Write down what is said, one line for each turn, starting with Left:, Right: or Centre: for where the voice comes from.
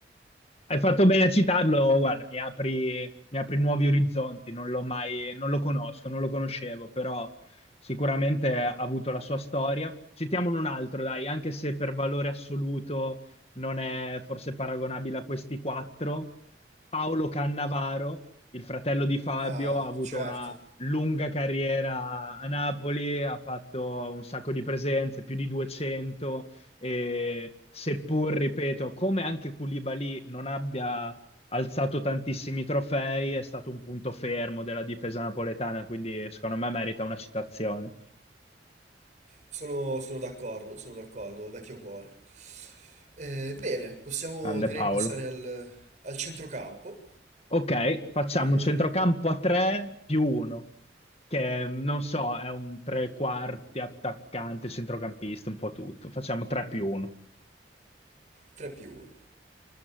Left: Hai fatto bene a citarlo, guarda, mi apri, mi apri nuovi orizzonti, non l'ho mai, non lo conosco, non lo conoscevo, però sicuramente ha avuto la sua storia. Citiamone un altro, dai, anche se per valore assoluto non è forse paragonabile a questi quattro. Paolo Cannavaro, il fratello di Fabio,
Right: Ah,
Left: ha avuto
Right: certo.
Left: una lunga carriera a Napoli, ha fatto un sacco di presenze, più di 200 e seppur, ripeto, come anche Koulibaly non abbia alzato tantissimi trofei, è stato un punto fermo della difesa napoletana, quindi secondo me merita una citazione.
Right: Sono, sono d'accordo, sono d'accordo, vecchio cuore. Eh, bene, possiamo
Left: Grande
Right: direi
Left: Paolo.
Right: passare al, al centrocampo.
Left: Ok, facciamo
Right: E
Left: un centrocampo a 3 più 1, che non so, è un tre quarti attaccante, centrocampista, un po' tutto. Facciamo 3 più 1.
Right: 3 più 1.